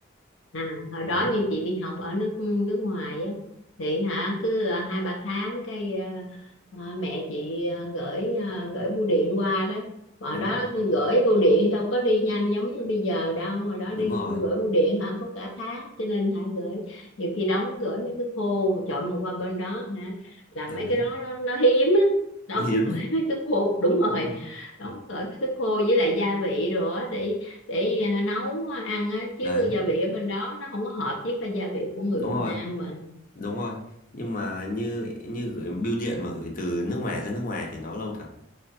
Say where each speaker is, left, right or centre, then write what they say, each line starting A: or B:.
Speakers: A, on the left; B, on the left.
A: à, hồi đó
B: đấy
A: như chị đi học ở nước nước ngoài á thì hả cứ ờ, hai ba tháng cái ờ, ờ, mẹ chị ờ, gửi ờ, gửi bưu điện qua đó hồi
B: đúng
A: đó
B: rồi
A: gửi bưu điện đâu có đi nhanh giống như bây giờ đâu hồi đó
B: đúng
A: đi
B: rồi
A: gửi bưu điện hả có cả tháng cho nên hả gửi nhiều khi đóng gửi mấy cái phô chọn mà qua bên đó hả là
B: đấy
A: mấy cái đó nó, nó hiếm á đóng
B: nó hiếm
A: gửi
B: ấy
A: mấy cái phô đúng rồi
B: Đúng rồi.
A: đóng gửi mấy cái khô với lại gia vị đồ á để để à, nấu à, ăn á chứ
B: đấy
A: gia vị ở bên đó nó không có hợp với cái gia vị của người
B: đúng
A: Việt
B: rồi
A: Nam mình
B: Đúng rồi, nhưng mà như như gửi bưu điện mà gửi từ nước ngoài ra nước ngoài thì nó lâu thật.